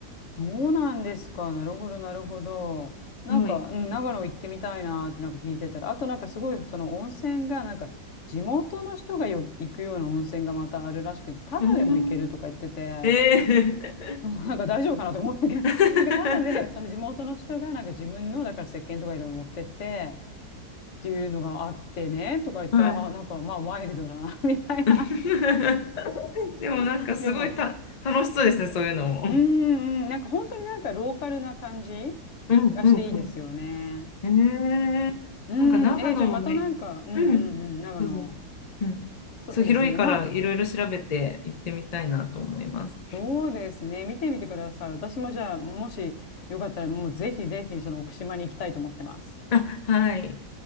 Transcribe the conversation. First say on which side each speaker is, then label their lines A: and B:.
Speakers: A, on the left (about 55°); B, on the left (about 85°).
A: そうなんですか。なるほどなるほど。なんか、
B: はい。
A: うん、長野行ってみたいなーってなんか聞いてたら、あとなんかすごいその温泉がなんか地元の人がよ行くような温泉がまたあるらしくて、タダでも行けるとか言ってて。
B: うん。ええ
A: <laughs> そうなんか大丈夫かなと思ったけど、
B: <laughs>
A: <laughs> なんかただで、その地元の人が、なんか自分の、だから石鹸とかいろいろ持ってって、っていうのがあってね、とか言って、
B: はい。
A: ああ、なんかまあワイルドだな、<laughs> みたいな。
B: <laughs> でもなんかすごいた楽しそうですね、
A: でも、
B: そういうのも。
A: うんうん、なんか本当になんかローカルな感じ
B: うんうんうん
A: がしていいですよね。
B: ええなんか長野もね、
A: うん、えーじゃあまたなんか、うんうんうん、
B: うん、
A: なんかあの、
B: どうぞ。うん。
A: そうですね、
B: そう、広いからいろいろ調べて行ってみたいなと思います。
A: まあ、じそうですね、見てみてください。私もじゃあ、もしよかったら、もうぜひぜひ、その奥島に行きたいと思ってます。
B: あ、はい。